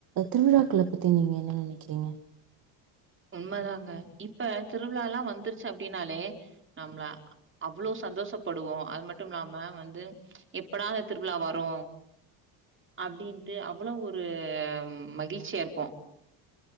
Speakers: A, on the right; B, on the right.
A: திருவிழாக்கள பத்தி நீங்க என்ன நினைக்கிறீங்க
B: உண்மைதாங்க இப்ப திருவிழா எல்லா வந்துருச்சு அப்டின்னாலே நம்மள அப் எவ்வளோவ் சந்தோஷப்படுவோம் அது மட்டும் இல்லாம வந்து எப்படா அந்த திருவிழா வரும் அப்டின்ட்டு அவ்ளோ ஒரு மகிழ்ச்சியா இருப்போ